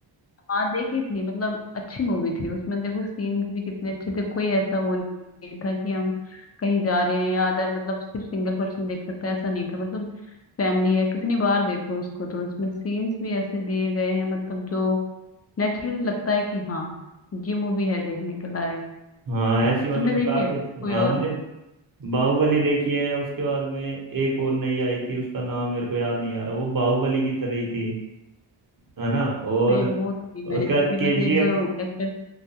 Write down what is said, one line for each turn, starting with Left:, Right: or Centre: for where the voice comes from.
Left: हाँ देखी थी मतलब अच्छी मूवी थी उसमें देखो सीन्स भी कितने अच्छे थे कोई ऐसा वो नहीं था कि हम कहीं जा रहे हैं या अदर मतलब सिर्फ सिंगल पर्सन देख सकता है ऐसा नहीं था मतलब फैमिली है कितनी बार देखो उसको तो उसमें सीन्स भी ऐसे दिए गए हैं मतलब जो नेचुरली लगता है कि हाँ ये मूवी है देखने के लायक
Right: हाँ ऐसी मतलब
Left: तुमने देखी
Right: काफी
Left: है
Right: अच्छी
Left: कोई
Right: हाँ
Left: और
Right: मैंने बाहुबली देखी है उसके बाद में एक और नई आई थी उसका नाम मेरे को याद नहीं आ रहा वो बाहुबली की तरह ही थी है ना और
Left: नहीं वो तो नहीं मैंने
Right: उसके
Left: देखी
Right: बाद
Left: है,
Right: केजीएफ
Left: बस एक दो एक्टर्स